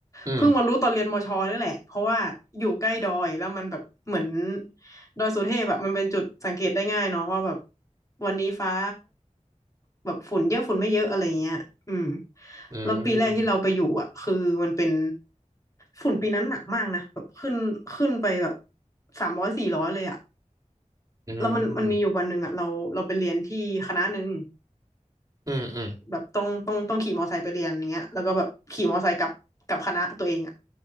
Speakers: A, on the right (about 25°); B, on the left (about 25°).
A: อืม
B: เพิ่งมารู้ตอนเรียนมชนี่แหละเพราะว่าอยู่ใกล้ดอยแล้วมันแบบเหมือนดอยสุเทพแบบมันเป็นจุดสังเกตได้ง่ายเนาะว่าแบบวันนี้ฟ้าแบบฝุ่นเยอะฝุ่นไม่เยอะอะไรเงี้ยอืม
A: อืม
B: แล้วปีแรกที่เราไปอยู่อ่ะคือมันเป็นฝุ่นปีนั้นหนักมากนะแบบขึ้นขึ้นไปแบบสามร้อยสี่ร้อยเลยอ่ะ
A: อืม
B: แล้วมันมันมีอยู่วันหนึ่งอ่ะเราเราไปเรียนที่คณะหนึ่ง
A: อืมอืม
B: แบบต้องต้องต้องขี่มอไซค์ไปเรียนอย่างเงี้ยแล้วก็แบบขี่มอไซค์กลับกลับคณะตัวเองอ่ะ